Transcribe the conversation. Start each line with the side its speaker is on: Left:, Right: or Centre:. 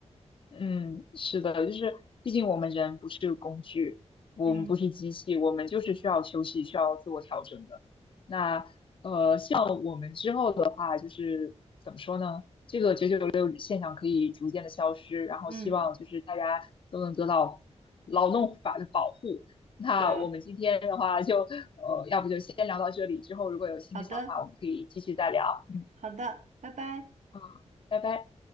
Left: 嗯，是的，就是毕竟我们人不是工具，我们不是机器，
Right: 嗯
Left: 我们就是需要休息，需要自我调整的。那呃，像我们之后的话，就是怎么说呢？九六现象可以逐渐的消失，然后希望就是大家都能得到劳动法的保护。
Right: 嗯，
Left: 那我们今天的话就呃，
Right: 对，
Left: 要不就先聊到这里，之后如果有新的想法，
Right: 好的。
Left: 我们可以继续再聊。嗯，
Right: 好的，拜拜。
Left: 好，拜拜。